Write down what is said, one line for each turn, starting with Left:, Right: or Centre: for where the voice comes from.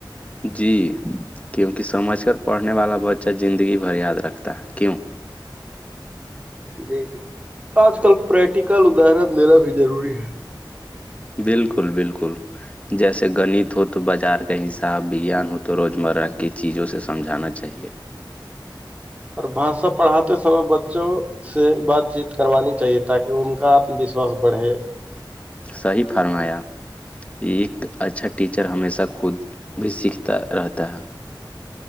Left: جی کیونکہ سمجھ کر پڑھنے والا بچہ زندگی بھر یاد رکھتا ہے کیوں
Right: جی جی آج کل پریکٹیکل ادارن میرا بھی ضروری ہے
Left: بالکل بالکل جیسے گنت ہو تو بازار کا حساب وگیان ہو تو روزمرہ کی چیزوں سے سمجھانا چاہیے
Right: اور بھاشا پڑھاتے سمے بچوں سے بات چیت کروانی چاہیے تاکہ ان کا آتم وشواس بڑھے
Left: صحیح فرمایا ایک اچھا ٹیچر ہمیشہ خود بھی سیکھتا رہتا ہے